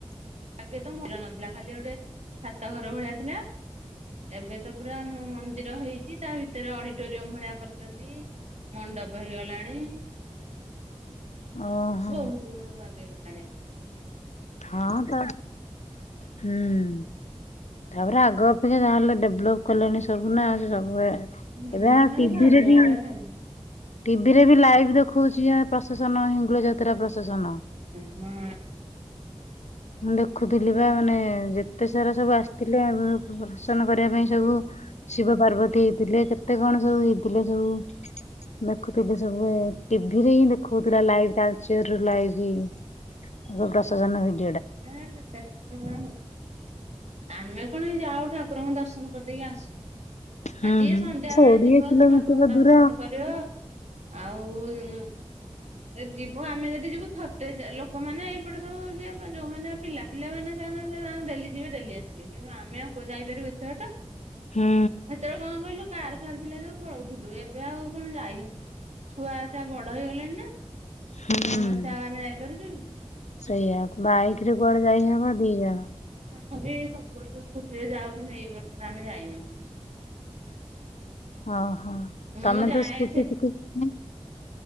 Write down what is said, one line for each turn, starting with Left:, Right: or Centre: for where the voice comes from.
Right: ଆଗେ ମନ୍ଦିର ନଥିଲା ଖାଲି ଗୋଟେ ଛାତ ଘର ଭଳିଆ ଥିଲା। ଏବେ ତ ପୁରା ମୋ ମନ୍ଦିର ହେଇଛି ତା ଭିତରେ ଅଡିଟୋରିୟମ ଭଳିଆ କରିଛନ୍ତି। ମଣ୍ଡପ ହେଇଗଲାଣି।
Left: ଓହୋ
Right: ବହୁତ ଗୁଡାଏ ବାଗେଇ ଗଲାଣି।
Left: ହଁ ତ, ହୁଁ। ତାପରେ ଆଗ ଅପେକ୍ଷା ଯାହାହେଲେ ଡେଭଲପ୍ କଲେଣି ସବୁନା ସବୁବେଳେ
Right: ହୁଁ
Left: ଏବେ ଆ ଟିଭିରେ
Right: ଚାରିଆଡେ
Left: ବି,
Right: ହୁଁ
Left: ଟିଭିରେ ବି ଲାଇଭ୍ ଦେଖଉଛି ଇଏ ପ୍ରସେଶନ ହିଙ୍ଗୁଳ ଯାତ୍ରା ପ୍ର ପ୍ରସେସନ
Right: ହଁ
Left: ମୁଁ ଦେଖୁଥିଲି ବା ମାନେ ଯେତେ ସାରା ସବୁ ଆସିଥିଲେ ଉମ ଆଁ ଦର୍ସନ କରିବା ପାଇଁ ସବୁ ଶିବ ପାର୍ବତୀ ହେଇଥିଲେ। କେତେ କ'ଣ ସବୁ ହେଇଥିଲେ ସବୁ। ଦେଖୁଥିଲି ସବୁ ଏ ଟିଭିରେ ହିଁ ଦେଖେଉଥିଲା ଲାଏଫ ତାଳଚେର ର ଲାଇଭ ହିଁ ଦୁର୍ଗା ବିସର୍ଜନ ହେଇନି।
Right: <inaudible> ଆମେ ପୁଣି ଯାଉ ଠାକୁରଙ୍କୁ ଦର୍ଶନ କରିଦେଇ ଆସୁ।
Left: ହୁଁ
Right: ଆ ଯିଏ
Left: ହୁଁ।
Right: ସନ୍ଧ୍ୟା
Left: କୋଡିଏ
Right: ବେଳେ ଯିବ
Left: କିଲୋମିଟର
Right: ସେ ଠାକୁରଙ୍କୁ ଦର୍ଶନ
Left: ଦୂର।
Right: କରିବ। ଆଉ ହୁଁ। ଏଇ ଯିବ ଆମେ ଯଦି ଯିବୁ ଥଟେଚା ଲୋକମାନେ ଏଇପଟେ ସବୁ ଯିଏ ଵା ଯୋଉମାନେ ପିଲା ପିଲାମାନେ ସ ପିଲାମାନେ ସେ ତାଙ୍କ ଡେଲି ଯିବେ ଡେଲି ଆସ ଠିକ କିନ୍ତୁ ଆମେ ଆଉ କୋଉ ଯାଇପାରିବୁ ଏତେ ବାଟ?
Left: ହୁଁ
Right: ସେତେବେଳେ କଣ କହିଲୁ। କାର ଫାର ଥିଲା ଯଉଁ ପଳଉଥିଲୁ, ଏବେ ଆଉ କଣ ଯାଇହଉନି, ଛୁଆ ତା ବଡ ହେଇଗଲାଣି ନା।
Left: ହୁଁ।
Right: ସମସ୍ତେ ଆଉ ଆମେ ଯାଇପାରୁଛୁ?
Left: ସେଇଆ ବାଇକ ରେ କୁଆଡେ ଯାଇ ହବ ଦି ଜଣ।
Right: ହଁ ଯେ, ସବୁ ବର୍ଷ ସ୍କୁଟିରେ ଯାଉଥିଲୁ, ଏଇ ବର୍ଷଟା ଆମେ ଯାଇନୁ।
Left: ଓହୋ,
Right: ମୁଁ
Left: ତମେ
Right: ଯାଏ
Left: ତ ସ୍କୁଟି ଶିଖିଛ?